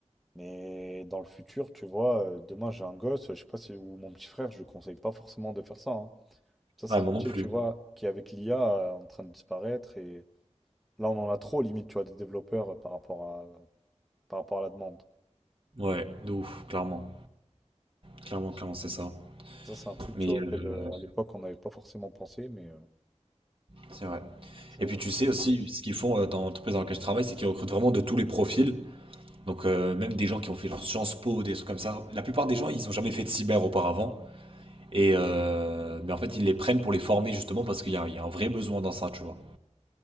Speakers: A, in the centre; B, on the right.
A: Mais dans le futur, tu vois, euh, demain, j'ai un gosse, je sais pas si, ou mon petit frère, je lui conseille pas forcément de faire ça. hein. Ça, c'est
B: Ouais, moi
A: un métier,
B: non plus.
A: tu vois, qui avec l'IA, euh, en train de disparaître. Et là, on en a trop, limite, tu vois, des développeurs euh, par rapport à, par rapport à la demande.
B: Ouais, de ouf, clairement. Clairement, clairement, c'est ça.
A: Ça, c'est un truc,
B: Mais
A: tu vois,
B: euh,
A: auquel, euh, à l'époque, on n'avait pas forcément pensé, mais. euh,
B: c'est vrai.
A: Genre,
B: Et puis tu sais aussi, ce qu'ils font euh, dans l'entreprise dans laquelle je travaille, c'est qu'ils recrutent vraiment de tous les profils. Donc euh, même des gens qui ont fait genre Sciences Po, des trucs comme ça. La plupart des gens, ils n'ont jamais fait de cyber auparavant. Et euh, mais en fait, ils les prennent pour les former justement parce qu'il y a, il y a un vrai besoin dans ça, tu vois,